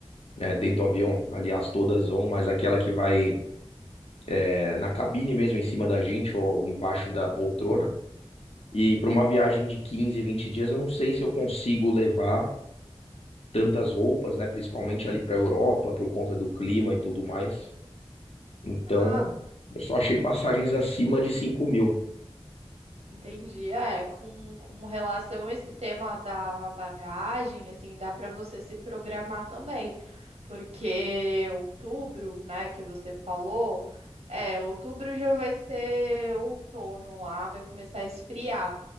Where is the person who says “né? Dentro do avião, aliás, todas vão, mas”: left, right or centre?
Left